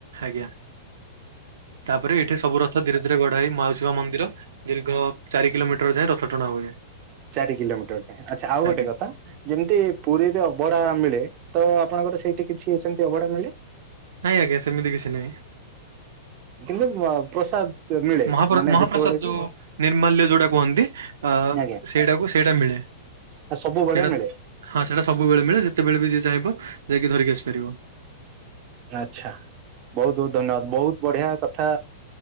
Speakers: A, on the right (about 80°); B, on the right (about 35°).
A: ଆଜ୍ଞା। ତାପରେ ଏଇଠି ସବୁ ରଥ ଧୀରେ ଧୀରେ ଗଡା ହେଇ ମାଉସିବ ମନ୍ଦିର ଧରେ ଦୀର୍ ଚାର କିଲୋମିଟର ଯଏ ରଥଟଣା ହୁଏ।
B: ଚାରି କିଲୋମିଟର ଯାଏ ଆଚଛା ଆଉ ଗୋଟେ
A: ଆଜ୍ଞା
B: କଥା ଯେମିତି ପୁରୀରେ ଅବଢା ମିଳେ ତ ଆପଣଙ୍କର ସେଇଠି କିଛି ସେମିତି ଅଭଡା ମି
A: ନାଇଁ ଆଜ୍ଞା ସେମିତି କିଛି ନହିଁ।
B: କିନ୍ତୁ ପ୍ରସାଦ ମିଳେ
A: ମହାପ
B: ମାନେ
A: ମହାପ୍ରସାଦ
B: ଯେତେବେଳେ
A: ଯୋଉ
B: ବି
A: ନିର୍ମାଲ୍ୟ ଯୋଉଟା କୁହନ୍ତି ଅ
B: ଆଜ୍ଞା
A: ସେଇଟାକୁ ସେଇଟା ମିଳେ
B: ସବୁବେଳେ
A: ସେଇଟା
B: ମିଳେ
A: ହଁ ସେଇଟା ସବୁବେଳେ ମିଳେ ଯେ କେତେବେଳେ ବି ଯିଏ ଚାହିଁବ ଯାଇକି ଧରିକି ଆସିପାରିବ।
B: ଆଚ୍ଛା ବହୁତ ବହୁତ ଧନ୍ୟବାଦ ବହୁତ ବଢିଆ କଥା